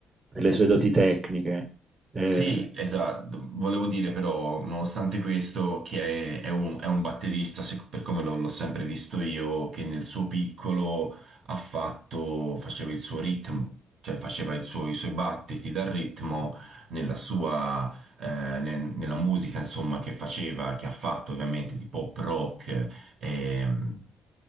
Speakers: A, on the right; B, on the right.
A: per le sue doti tecniche. Ehm,
B: Sì, esatto, volevo dire però, nonostante questo, che è, è un, è un batterista, se- per come l'ho l'ho sempre visto io, che nel suo piccolo ha fatto, faceva il suo ritmo, cioè faceva il suo- i suoi battiti dal ritmo nella sua, eh, nel- nella musica, insomma, che faceva, che ha fatto ovviamente di pop rock. ehm,